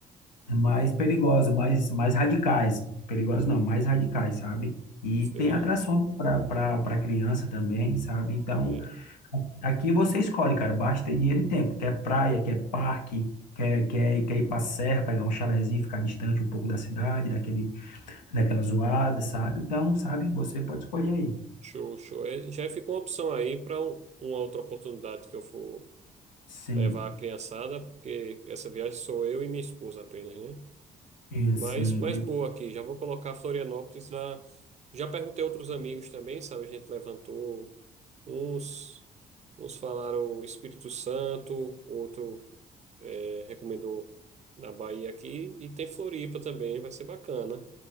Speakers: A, on the left; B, on the right.
A: mais perigosos, mais, mais radicais, perigosos não, mais radicais, sabe? E
B: Sei.
A: tem atrações para para criança também, sabe? Então,
B: É,
A: Aqui você escolhe, cara, basta ter dinheiro e tempo. Quer praia, quer parque, quer, quer, quer ir pra serra, pegar um chalezinho, ficar distante um pouco da cidade, daquele, daquela zoada, sabe? Então, sabe, você pode escolher aí.
B: show, show. É, já fica uma opção aí para uma outra oportunidade que eu for.
A: Sim,
B: levar a criançada, porque essa viagem sou eu e minha esposa apenas, né?
A: e
B: Mas,
A: sim,
B: mas
A: tem-
B: boa aqui, já vou colocar Florianópolis na. Já perguntei a outros amigos também, sabe? A gente levantou uns, uns falaram Espírito Santo, outro eh, recomendou na Bahia aqui, e tem Floripa também, vai ser bacana.